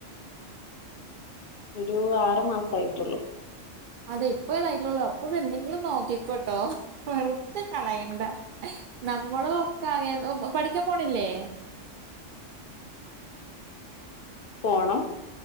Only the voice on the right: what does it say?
അതെ ഇപ്പോ ലൈനുള്ളു അപ്പൊ എന്തെങ്കിലും നോക്കിക്കോട്ടോ. വെറുതെ കളയണ്ട നമ്മള് ഒക്കെ അങ്ങ പഠിക്ക്യാൻ പോണില്ലേ?